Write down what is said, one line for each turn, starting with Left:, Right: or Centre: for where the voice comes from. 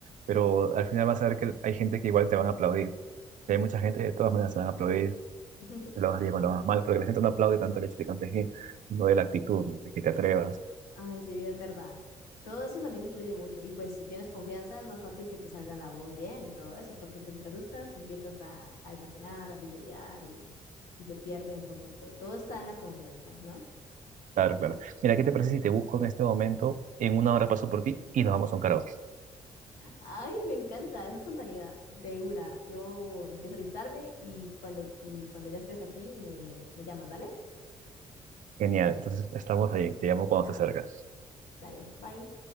Right: pero al final vas a ver que hay gente que igual te van a aplaudir. Y hay mucha gente que de todas maneras te van a aplaudir,
Left: <laughs>
Right: lo vas bien o lo vas mal, porque la gente no aplaude tanto el hecho de que cantes bien, no de la actitud, ¿no? de que te atrevas.
Left: ay, sí, es verdad. Todo eso también influye mucho. Y pues si tienes confianza es más fácil que te salga la voz bien y todo eso, porque pues si te asustas empiezas a, a desafinar, a titubear y, y se pierde un poquito. Todo está en la confianza, ¿no?
Right: Claro, claro. Mira, ¿qué te parece si te busco en este momento? En una hora paso por ti y nos vamos a un karaoke.
Left: Ay, me encanta esa espontaneidad de una. Yo empiezo a alistarme y cuando, y cuando ya estés aquí me, me llamas, ¿dale?
Right: Genial. Entonces estamos ahí. Te llamo cuando se acerca.
Left: Dale, bye.